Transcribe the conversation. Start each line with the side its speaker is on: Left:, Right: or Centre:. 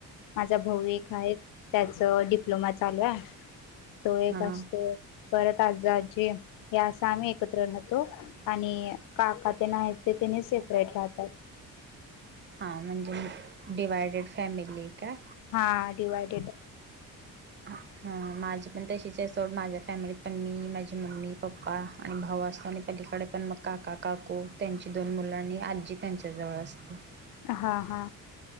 Left: माझा भाऊ एक आहे त्याच डिप्लोमा चालू आहे तो एक
Right: हां
Left: असतो परत आज आजी या अस आम्ही एकत्र राहतो आणि काका ते ना आहेत ते सपरेट राहतात
Right: हां म्हणजे डिवायडेड फॅमिली का
Left: हा डीवायडेड
Right: ह हा माझी पण तशीच आहे सोड माझ्या फॅमिलीत पण मी माझी मम्मी पप्पा आणि भाऊ असतो आणि पलीकडे पण मग काका काकू त्यांची दोन मुलं आणि आजी त्यांच्या जवळ असते
Left: हा हा